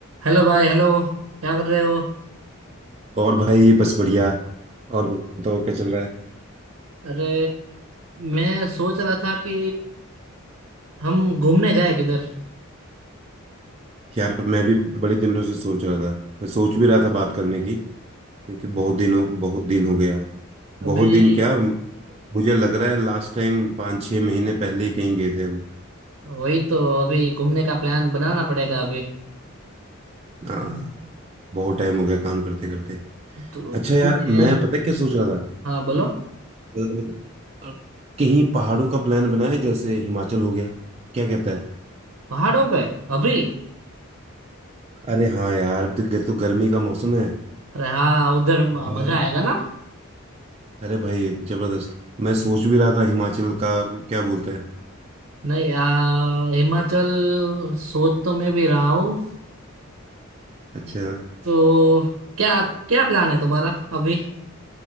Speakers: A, on the right (about 85°); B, on the right (about 30°).
A: Hello भाई Hello क्या कर रहे हो
B: और भाई बस बढ़िया और बताओ क्या चल रहा है
A: अरे मैं सोच रहा था कि हम घूमने जाए किधर
B: यार मैं भी बड़े दिनों से सोच रहा था मैं सोच भी रहा था बात करने की क्योंकि बहुत दिन हो बहुत दिन हो गए यार बहुत
A: अभी
B: दिन क्या मुझे लग रहा है लास्ट टाइम पाँच छः महीने पहले ही कहीं गए थे हम
A: वही तो अभी घूमने का प्लान बनाना पड़ेगा अभी
B: हाँ बहुत टाइम हो गया काम करते करते
A: तो
B: अच्छा
A: तुमने
B: यार मैं पता है क्या सोच रहा था
A: हाँ बोलो
B: अ, अ, कहीं पहाड़ों का प्लान बनाए जैसे हिमाचल हो गया क्या कहता है
A: पहाड़ों पे अभी
B: अरे हाँ यार देख, तो तो गर्मी का मौसम है
A: अरे हाँ उधर म-
B: हाँ,
A: मजा आएगा ना
B: अरे भाई जबरदस्त मैं सोच भी रहा था हिमाचल का क्या बोलता है
A: नहीं आ, हिमाचल सोच तो मैं भी रहा हूँ
B: अच्छा
A: तो क्या क्या प्लान है तुम्हारा अभी